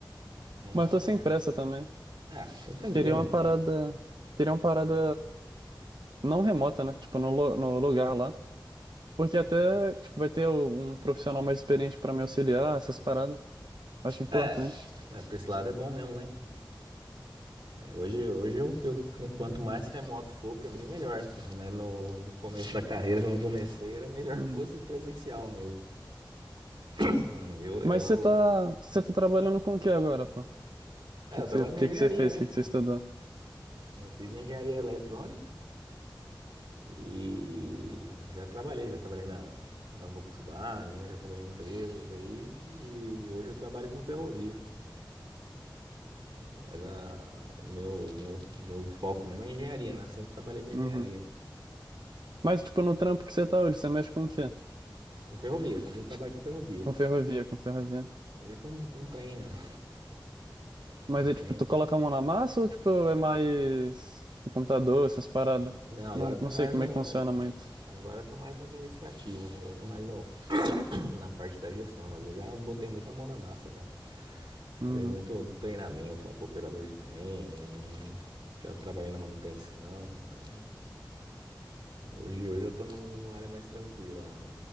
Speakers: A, on the right; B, on the right.
A: É,
B: mas tô sem pressa também.
A: Ah, tô tranquilo
B: Queria uma
A: então.
B: parada. Queria uma parada não remota, né? Tipo, no, lu- no lugar lá. Porque até, tipo, vai ter um profissional mais experiente pra me auxiliar, essas paradas. Acho importante.
A: É, é, pra esse lado é bom mesmo, né? cara? É, hoje hoje eu, eu- um quanto mais remoto for, pra mim melhor, cara. Mas no, no começo da carreira, quando eu comecei, era melhor
B: Uhum.
A: <laughs> que fosse presencial mesmo. Hum, Eu, eu,
B: Mas você tá, você tá trabalhando com o que agora, pô? O
A: é,
B: que
A: eu
B: que
A: trabalho
B: você, que
A: com engenharia,
B: que você fez?
A: né?
B: O que que
A: cara?
B: você estudou?
A: Eu fiz engenharia eletrônica e já trabalhei, já trabalhei na, na Volkswagen, né? já trabalhei em empresas aí e hoje eu trabalho com ferrovia. Mas a, o meu, meu, meu foco mesmo é engenharia, né? Eu sempre trabalhei com engenharia.
B: Uhum. Mas, tipo, no trampo que você tá hoje, você mexe com o quê?
A: Com ferrovia. Hoje eu trabalho
B: Tipo,
A: com ferrovia.
B: com ferrovia, com ferrovia.
A: Hoje é com, com trem mesmo.
B: Mas
A: Com
B: é tipo,
A: trem.
B: tu coloca a mão na massa ou tipo, é mais tipo, computador, essas paradas?
A: Não, agora
B: Não,
A: eu tô
B: não
A: mais
B: sei como
A: no.
B: é que funciona muito.
A: Agora eu tô mais no administrativo, né? Agora eu tô mais no, <clears throat> na parte da gestão, mas eu já botei muita mão na massa já.
B: Uhum,
A: Já dei muito treinamento lá pro operador de trem. Já trabalhei na manutenção. Então hoje, hoje eu tô num- numa área mais tranquila lá, né?